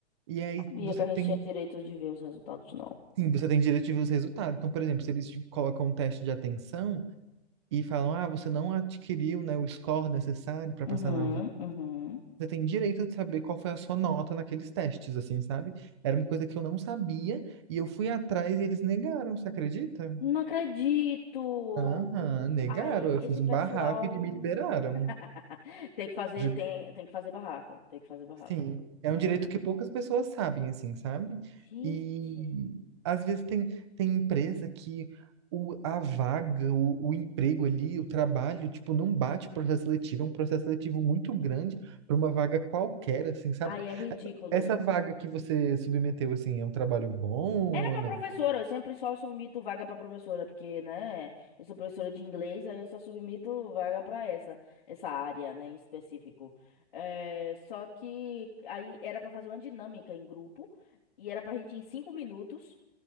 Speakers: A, on the right; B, on the left.
A: E aí
B: sabia
A: você
B: que a
A: tem,
B: gente tinha direito de ver os resultados, não.
A: sim, você tem direito de ver os resultados. Então, por exemplo, se eles te colocam um teste de atenção e falam, ah, você não adquiriu, né, o score necessário para
B: Uhum,
A: passar na
B: uhum.
A: Você tem direito de saber qual foi a sua nota naqueles testes, assim, sabe? Era uma coisa que eu não sabia e eu fui atrás e eles negaram, você acredita?
B: Não acredito!
A: Aham, negaram.
B: Ai,
A: Eu
B: esse
A: fiz
B: pessoal
A: um barraco e me liberaram.
B: <laughs> tem que fazer,
A: De
B: tem, tem que fazer barraco, tem que fazer barraco.
A: Sim, é
B: É.
A: um direito que poucas pessoas sabem, assim, sabe?
B: Gente,
A: E às vezes tem, tem empresa que o, a vaga, o, o emprego ali, o trabalho, tipo, não bate o processo seletivo, é um processo seletivo muito grande para uma vaga qualquer, assim, sabe?
B: ai, é ridículo.
A: Essa, essa vaga que você submeteu, assim, é um trabalho bom ou
B: Era pra
A: não?
B: professora, eu sempre só submito vaga pra professora, porque, né, eu sou professora de inglês, aí eu só submito vaga pra essa, essa área, né, em específico. É, só que aí era pra fazer uma dinâmica em grupo, e era pra gente, em cinco minutos,